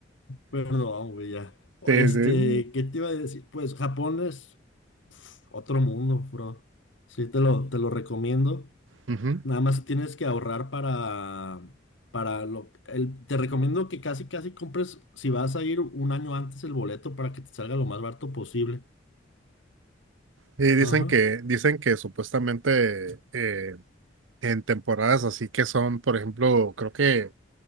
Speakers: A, on the left; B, on the right.
A: Perdón, güey, ya.
B: Sí,
A: Este,
B: sí.
A: ¿qué te iba a decir? Pues Japón es uf, otro mundo, bro. Sí, te lo, te lo recomiendo.
B: Ujú.
A: Nada más tienes que ahorrar para, para lo, el, te recomiendo que casi, casi compres, si vas a ir un año antes el boleto para que te salga lo más barato posible.
B: Y dicen
A: Ajá.
B: que, dicen que supuestamente eh, en temporadas así que son, por ejemplo, creo que